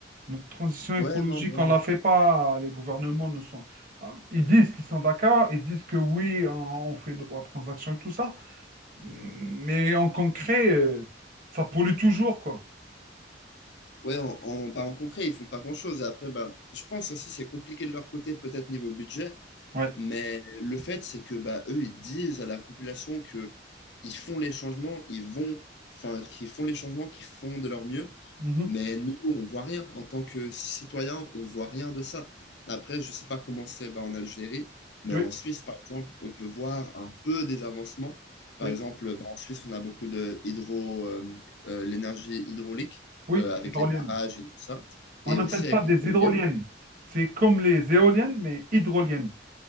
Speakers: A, on the right; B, on the left.
A: Notre transition écologique,
B: Ouais, non, vraiment.
A: on ne la fait pas. Les gouvernements ne sont... euh, Ils disent qu'ils sont d'accord, ils disent que oui, on on fait la transaction et tout ça, Mais en concret, euh, ça pollue toujours, quoi.
B: Ouais, en, en, bah, en concret, ils font pas grand-chose. Et après, bah, je pense aussi c'est compliqué de leur côté, peut-être niveau budget.
A: Ouais.
B: Mais le fait, c'est que bah, eux, ils disent à la population que ils font les changements, ils vont, enfin, qu'ils font les changements, qu'ils font de leur mieux.
A: Mhm.
B: Mais nous, on voit rien. En tant que citoyen, on voit rien de ça. Après, je sais pas comment c'est bah, en Algérie, mais
A: Oui,
B: en Suisse, par exemple, on peut voir un peu des avancements. Par
A: oui,
B: exemple, bah, en Suisse, on a beaucoup de hydro, euh, euh, l'énergie hydraulique
A: oui,
B: euh, avec
A: hydroliennes.
B: les barrages et tout ça, et
A: On appelle
B: aussi avec
A: ça des
B: les éoliennes.
A: hydroliennes. C'est comme les éoliennes, mais hydroliennes.